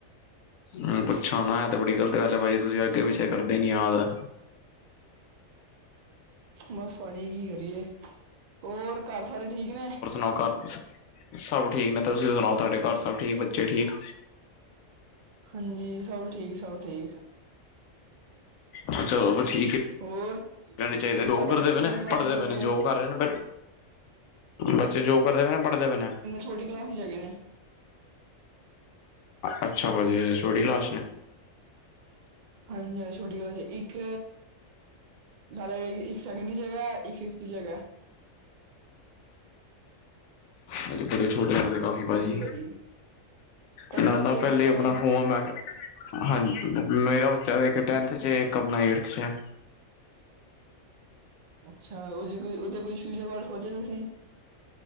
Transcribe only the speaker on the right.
ਬਸ ਭਾਜੀ ਕੀ ਕਰੀਏ, ਹੋਰ ਘਰ ਸਾਰੇ ਠੀਕ ਨੇ?
ਹਾਂਜੀ, ਸਭ ਠੀਕ, ਸਭ ਠੀਕ।
ਹੋਰ
ਤੁਹਾਡੇ
ਬੱਚੇ
ਕਿਹੜੀ ਕਲਾਸ
ਵਿੱਚ ਹੋ
ਗਏ
ਛੋਟੀ ਕਲਾਸ 'ਚ ਹੈਗੇ ਨੇ।
ਹਾਂਜੀ ਹਜੇ ਛੋਟੀ ਕਲਾਸ 'ਚ ਇੱਕ ਹਾਲੇ ਇੱਕ, ਇੱਕ ਸੈਕਿੰਡ 'ਚ ਹੈਗਾ, ਇੱਕ ਫਿਫਥ 'ਚ ਹੈਗਾ।
ਹਾਂਜੀ
ਭਾਜੀ ਤੁਹਾਡੇ
ਬੱਚੇ
ਕੀ
ਕਰਦੇ ਪਏ
ਨੇ
ਅੱਛਾ, ਓਦੇ ਕੋਈ, ਓਦੇ ਕੋਈ ਫਿਊਚਰ ਬਾਰੇ ਸੋਚੇਆ ਤੁਸੀਂ